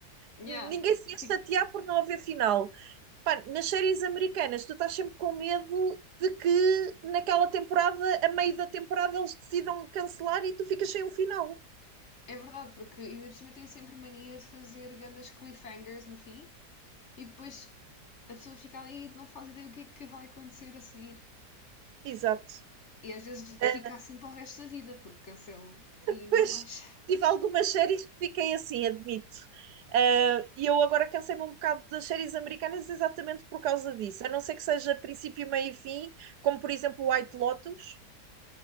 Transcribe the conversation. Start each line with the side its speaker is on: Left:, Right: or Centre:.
Left: Yeah.
Right: ninguém se ia
Left: Fi-
Right: chatear por não haver final. Pá, nas séries americanas, tu estás sempre com medo de que naquela temporada, a meio da temporada, eles decidam cancelar e tu ficas sem um final.
Left: É verdade, porque ainda por cima tem sempre mania de fazer grandes cliffhangers no fim e depois a pessoa fica ali e não faz ideia o que é que vai acontecer a seguir.
Right: Exato.
Left: E às vezes
Right: Uh,
Left: fica assim para o resto da vida, porque cancelam e não
Right: pois,
Left: há mais.
Right: tive algumas séries que fiquei assim, admito. Uh, e eu agora cansei-me um bocado das séries americanas exatamente por causa disso. A não ser que seja princípio, meio e fim, como por exemplo White Lotus.